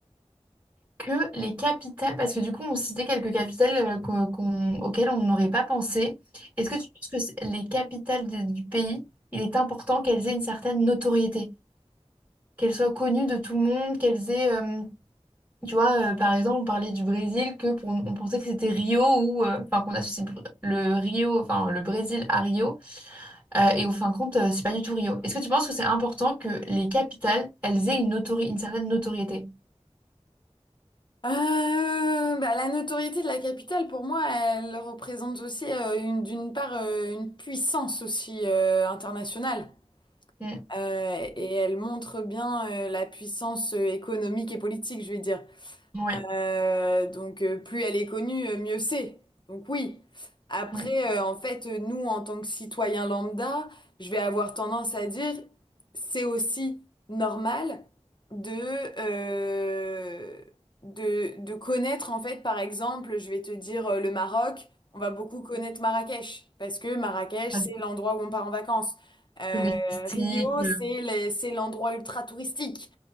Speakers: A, on the right; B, on the left.
A: que les capitales, parce que du coup on citait quelques capitales euh, qu'on- qu'on- auxquelles on n'aurait pas pensé, est-ce que tu penses que c'est- les capitales de- du pays, il est important qu'elles aient une certaine notoriété, qu'elles soient connues de tout le monde, qu'elles aient euh, Tu vois, euh, par exemple, on parlait du Brésil, que pour, on pensait que c'était Rio ou euh, enfin qu'on associe br- le Rio, enfin le Brésil à Rio, euh, et au fin de compte, euh, c'est pas du tout Rio. Est-ce que tu penses que c'est important que les capitales, elles aient une notori- une certaine notoriété?
B: Euh, bah, la notoriété de la capitale, pour moi, elle représente aussi euh, une, d'une part euh, une puissance aussi euh, internationale.
A: Mm.
B: Euh, et elle montre bien euh, la puissance euh, économique et politique, je vais dire.
A: Oui.
B: Euh, donc euh, plus elle est connue, euh, mieux c'est. Donc oui. Après,
A: Mm.
B: euh, en fait, euh, nous, en tant que citoyens lambda, je vais avoir tendance à dire, c'est aussi normal de, euh, de, de connaître, en fait, par exemple, je vais te dire euh, le Maroc, on va beaucoup connaître Marrakech, parce que Marrakech,
A: Mm.
B: c'est l'endroit où on part en vacances. Euh,
A: Touristique.
B: Rio,
A: euh,
B: c'est les- c'est l'endroit ultra touristique.